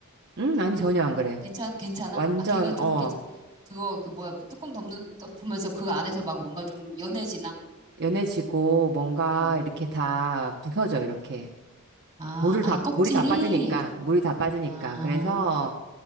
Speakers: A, on the right; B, on the right.
A: 음, 아니, 전혀 안 그래.
B: 괜찮, 괜찮아?
A: 완전,
B: 아, 걔가 좀,
A: 어,
B: 이렇게 그거, 그 뭐야, 뭐 뚜껑 덮는, 덮으면서 그 안에서 막 뭔가 좀 연해지나?
A: 연해지고, 뭔가
B: 어.
A: 이렇게 다 부서져, 이렇게.
B: 아,
A: 물을
B: 아,
A: 다,
B: 껍질이?
A: 물이 다 빠지니까, 물이 다 빠지니까.
B: 아,
A: 그래서,